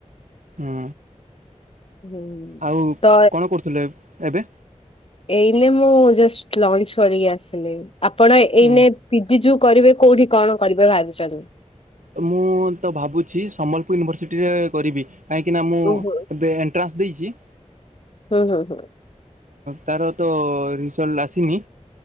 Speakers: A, on the right (about 85°); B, on the left (about 50°).
A: ହୁଁ
B: ହୁଁ
A: ଆଉ
B: ତ
A: କଣ କରୁଥିଲେ ଏବେ?
B: ଏଇନେ ମୁଁ ଜଷ୍ଟ ଲଞ୍ଚ କରିକି ଆସିଲି ଆପଣ
A: ହଁ
B: ଏଇନେ ପିଜି ଯୋଉ କରିବେ କୋଉଠି କଣ କରିବେ ଭାବିଛନ୍ତି?
A: ମୁଁ ତ ଭାବୁଛି ସମ୍ବଲପୁର ୟୁନିଭର୍ସିଟିରେ କରିବି କାହିଁକିନା ମୁଁ
B: ହୁଁ ହୁଁ।
A: ଏବେ ଟ୍ରାସ୍ ଦେଇଛି।
B: ହୁଁ ହୁଁ ହୁଁ।
A: ତାର ତ ରିଜଲ୍ଟ ଆସିନି